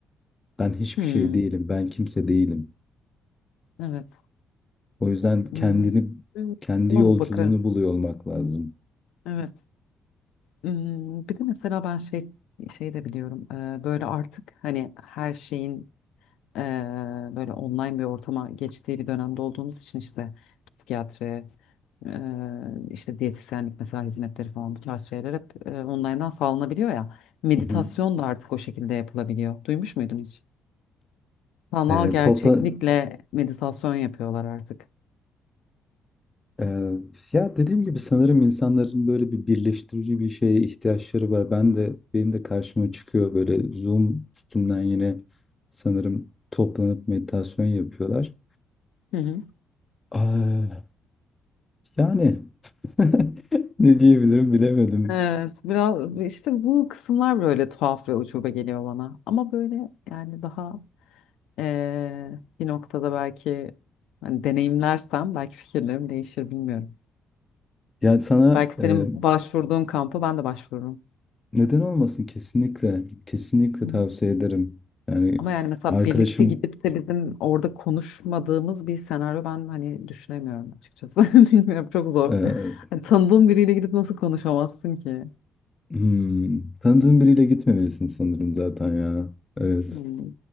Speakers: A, on the left (about 20°); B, on the left (about 85°).
A: Ben hiçbir
B: Hmm,
A: şey değilim, ben kimse değilim.
B: evet.
A: O yüzden kendini
B: Hmm, hmm,
A: kendi
B: Ama
A: yolculuğunu
B: bakarım.
A: buluyor olmak lazım.
B: Evet. Hmm, Bir de mesela ben şey şey de biliyorum. Ee, Böyle artık hani her şeyin Eee, böyle online bir ortama geçtiği bir dönemde olduğumuz için işte psikiyatri, eee, işte diyetisyenlik mesela hizmetleri falan bu tarz şeyler hep eee, online'dan sağlanabiliyor ya. Meditasyon
A: Hı hı.
B: da artık o şekilde yapılabiliyor. Duymuş muydun hiç? Sanal
A: Ee,
B: gerçeklikle
A: topla
B: meditasyon yapıyorlar artık.
A: Ee, ya dediğim gibi sanırım insanların böyle bir birleştirici bir şeye ihtiyaçları var. Ben de benim de karşıma çıkıyor böyle Zoom üstünden yine sanırım toplanıp meditasyon yapıyorlar.
B: Hı hı.
A: Aa, yani <laughs> ne diyebilirim bilemedim.
B: Evet, biraz işte bu kısımlar böyle tuhaf ve ucube geliyor bana. Ama böyle yani daha eee, bir noktada belki hani deneyimlersem belki fikirlerim değişir bilmiyorum.
A: Yani sana
B: Belki senin
A: e,
B: başvurduğun kampı ben de başvururum.
A: neden olmasın kesinlikle kesinlikle
B: Hı hı.
A: tavsiye ederim. Yani
B: Ama yani mesela
A: arkadaşım
B: birlikte gidip de bizim orada konuşmadığımız bir senaryo ben hani düşünemiyorum açıkçası. <laughs> Bilmiyorum çok zor.
A: e,
B: Hani tanıdığım biriyle gidip nasıl konuşamazsın ki?
A: hmm, tanıdığın biriyle gitmemelisin sanırım zaten ya. Evet.
B: Hmm.